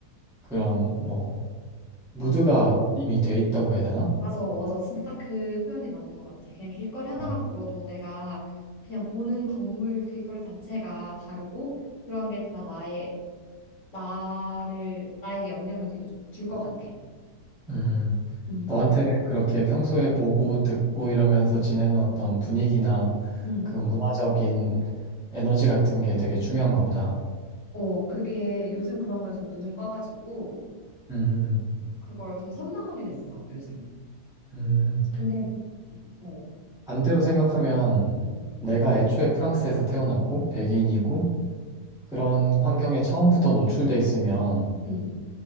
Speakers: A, in the centre; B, on the left (about 50°).
A: 그런 뭐 무드가
B: 맞아.
A: 이미 돼 있다고 해야 되나?
B: 맞아, 맞아. 진짜 딱 그 표현이 맞는 것 같아. 그냥 길거리 하나만
A: 음.
B: 걸어도 내가 그냥 보는 건물 길거리 자체가 다르고 그런 게 다 나의, 나를, 나에게 영향을 되게 줄 것 같아.
A: 음.
B: 음.
A: 너한테는 그렇게 평소에 보고 듣고 이러면서 지내는 어떤 분위기나
B: 음.
A: 그 문화적인 에너지 같은 게 되게 중요한가 보다.
B: 어, 그게 요즘 그런 거에 좀 눈을 떠가지고
A: 음,
B: 음, 그걸 좀 선망하게 됐어, 요즘.
A: 음.
B: 근데, 어,
A: 반대로 생각하면
B: 음.
A: 내가 애초에 프랑스에서 태어났고 백인이고 그런 환경에 처음부터 노출돼 있으면
B: 음.